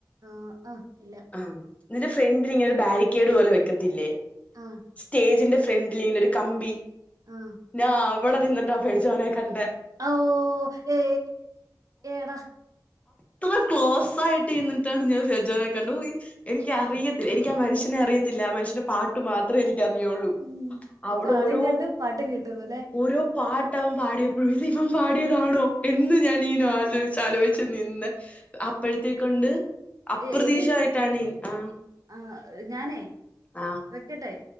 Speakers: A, on the right (about 50°); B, on the left (about 20°).
A: ആ ആ ഇല്ല.
B: ആ നിന്റെ ഫ്രണ്ടിൽ ഇങ്ങനെ ഒരു ബാരിക്കേഡ് പോലെ വെക്കത്തില്ലേ?
A: ആ
B: സ്റ്റേജിന്റെ ഫ്രണ്ടിലിങ്ങനെ ഒരു കമ്പി
A: ആഹ്
B: ഞാൻ അവിടെ നിന്നിട്ട് ഫേജോനെ കണ്ടേ.
A: ഓ ഏ ഏടാ-
B: എത്ര ക്ലോസ് ആയിട്ട് നിന്നിട്ടാണ് ഞാൻ ഫെജോനെ കണ്ടു. എനിക്ക
A: ശേ
B: റിയത്തില്ല എനിക്കാ മനുഷ്യ അറിയത്തില്ല. മനുഷ്യന്റെ പാട്ട് മാത്രം എനിക്ക് റിയുള്ളൂ.
A: ഉം
B: അവിടെ
A: ഇപ്പൊ ആളെയും
B: ഓരോ
A: കണ്ട് പാട്ടും കേട്ടുന്നുല്ലേ
B: ഓരോ പാട്ടവൻ പാടിയപ്പോഴും ഇത് ഇവൻ പാടിയതാണോ എന്ന് ഞാനിങ്ങനെ ആലോചിച്ച് ആലോചിച്ചു നിന്ന്. അപ്പോഴത്തെക്കൊണ്ട് അപ്രതീക്ഷ
A: എ എടി
B: ആയിട്ടാണ് ആ
A: ആ ഞാനേ
B: ആ
A: വെക്കട്ടെ.